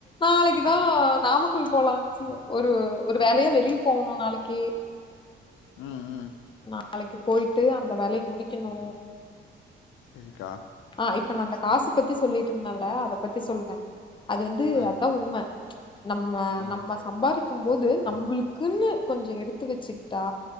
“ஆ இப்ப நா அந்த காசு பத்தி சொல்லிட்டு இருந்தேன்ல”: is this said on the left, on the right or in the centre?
Left